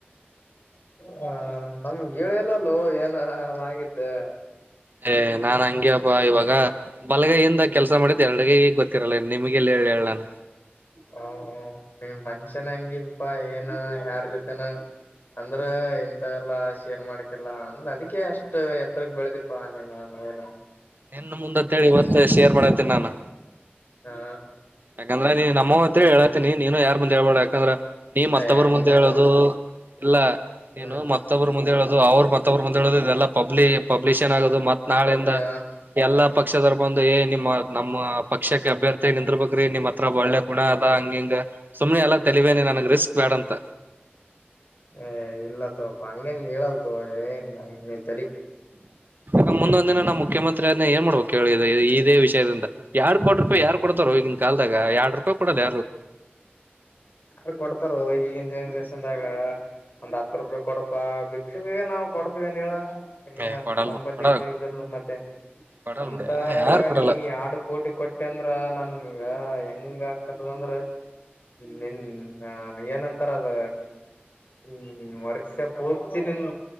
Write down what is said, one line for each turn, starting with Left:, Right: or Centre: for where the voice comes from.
Left: ಹ ನಮ್ ಗಳಲ್ಲಲ್ಲು ಏನ ಅದಾಗಿದ್ದೆ
Right: ಏ್ ನಾನ್ ಹಂಂಗಗೆಬ ಇವಾಗ ಬಲಗೈಯಿಂದ ಕೆಲ್ಸ ಮಾಡಿದ್ದ್ ಎರಡುಗ ಗೊತ್ತಿರಲ್ಲ ನಿಮಗೆಲ್ಲಿ ಹೇಳ ಹೇಳಳ್ಾನು
Left: ಹ ನಿಮ ಮನ್ಷ್ಯನ ಹಂಗಿದಪಾ ಏನ ಯಾರ್ ಜೊತೆನ ಅಂದ್ರ ಇಂತ ಎಲ್ಲ ಶೇರ್ ಮಾಡಕಲ್ಲ ಅಂದ್ರ ಅದಕ್ಕೆ ಅಷ್ಟ್ ಎತ್ತರಗ್ ಬೆಳದಿಪಾ ನೀನ್ ಹನ
Right: ನಿನ್ನ ಮುಂದಂತ ಹೇಳಿ ಇತ್ತ ಶೇರ್ ಮಾಡತೇನಿ ನಾನು
Left: ಹಾ
Right: ಯಾಕಂದ್ರ ನೀ ನಮ್ಮ ಹೊತ್ತ ಹೇಳಾತೀನಿ ನೀನು ಯಾರ್ ಮುಂದೆೇಳ್ಬಾ ಯಾಕಂದ್ರ ನೀ ಮತ್ತಬ್ರ
Left: ಏ ಹಂಗಿಲ್ಲೋ
Right: ಮುಂದೆ ಹೇಳೋುದು ಇಲ್ಲ ನೀನು
Left: ಹ್ಮ್
Right: ಮತ್ತೊಬ್ಬರು ಮುಂದೆ ಹೇಳೋುದು ಅವರು ಮತ್ತೊಬ್ರು ಮುಂದ್ ಹೇಳ ಇದೆಲ್ಲ ಪಬ್ಲಿ ಪಬ್ಲಿಷನ್ ಆಗದು ಮತ್ ನಾಳೆಯಿಂದ
Left: ಪಬ್ಲಿ
Right: ಎಲ್ಲಾ ಪಕ್ಷದರು ಬಂದು ಏ ನಿಮ್ಮ ನಮ್ಮ್ ಪಕ್ಷಕ್ಕೆ ಅಭ್ಯರ್ಥಿ ನಿಂದರ್ಬೇಕಕ್್ರೀ ನಿಮ್ ಹತ್ರ ಒಳ್ಳೆ ಗುಣ ಅದ ಹಂಗಿಂಗ ಸುಮನೆ ಎಲ್ಲಾ ತಲವೇನ ನನಗ್ ರಿಸ್ಕ್ ಬೇಡಂತ
Left: ಏನು ಇಲ್ಲ ತಗೋಳಪ್ಪ ಹಂಗೇನ್ ಹೇಳೋದಿಲ್ಲ ತಗೋ
Right: ಆ ನಂದಿನ ಮುಖ್ಯಮಂತ್ರಿ ಏನ್ ಮಾಡಬೇಕು ಇದೇ ವಿಷಯದಿಂದ ಎರಡ್ ಕೋಟ ರೂಪಾಯಿ ಯಾರು ಕೊಡ್ತಾರೋ ಕೋಟಿ ರೂಪಾಯಿ ಯಾರ್ ಕೊಡ್ತಾರೋ ಇಂಗ್ಕಾಲದಾಗ ಎರಡು ರೂಪಾಯಿ ಕೊಡಲ್ಲ
Left: ಹ ಯಾರು ಕೊಡ್ತಾರ ಈಗಿನ ಜನ್ರೇಷನ್ದಾಗ ಒಂದ್ ಹತ್ತು ರೂಪಾಯಿ ಕೊಡಪಾ ಬಿಕ್ಸ ಬ ನಾವ್ ಕೊಡ್ತವನ್ ಹೇಳ ನ
Right: ಏ ಕೊಡಲ್
Left: ನಂಬಲ್ಲಿ
Right: ಕೊಡ
Left: ಇದ ಇದರು ಮತ್ತೆ
Right: ಕೊಡಲ್
Left: ಅಂತರ
Right: ಬಿಡ ಯಾರು ಕೊಡಲ್ಲ
Left: ನೀನ್ ಆಡು ಕೋಟಿ ಕೊಟ್ಟ ಬಟ್ಟೆ ಅಂದ್ರ ನನ್ಗ ಹೆಂಗ ಆಕತದಂದ್ರ ನಿನ್ ಹ ಏನಂತಾರ ಅದ ಹ್ಮ್ ವರ್ಷ ಪೂರ್ತಿ ನಿನ್